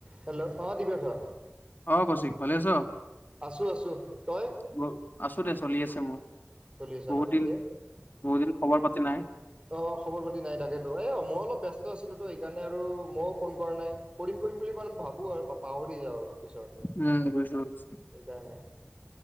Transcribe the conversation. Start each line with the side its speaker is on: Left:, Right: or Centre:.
Right: হেল্ল' অ দিবেশ্বৰ।
Left: অ কৌশিক ভালে আছ?
Right: আছো আছোঁ, তই?
Left: ব- আছো দে চলি আছে মোৰ।
Right: চলি আছ
Left: বহুত
Right: ন ঠিকে?
Left: দিন বহুত দিন খবৰ পাতি নাই
Right: অ খবৰ পাতি নাই তাকেতো এ অ মই অলপ ব্যস্ত আছিলোতো সেইকাৰণে আৰু ময়ো ফোন কৰা নাই, কৰিম কৰিম বুলি মানে ভাবোঁ আৰু পাহৰি যাওঁ। পিছত
Left: উম বুজিছো বুজিছো।
Right: সেইকাৰণে